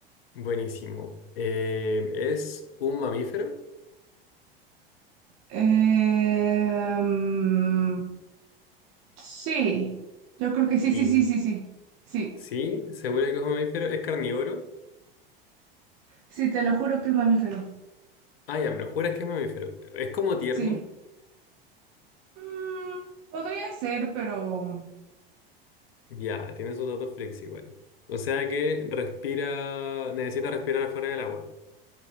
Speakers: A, on the left; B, on the right.
A: Buenísimo. Eh, ¿es un mamífero?
B: Eh, mm, sí, yo creo que sí,
A: Sí.
B: sí, sí, sí, sí. Sí,
A: ¿Sí? ¿Seguro que es un mamífero? ¿Es carnívoro?
B: sí, te lo juro que es mamífero.
A: Ah, ya, me lo juras que es mamífero. ¿Es como tierno?
B: Sí. Mm, podría ser, pero... mm,
A: Ya, tiene sus datos flex igual. O sea que respira, necesita respirar afuera del agua.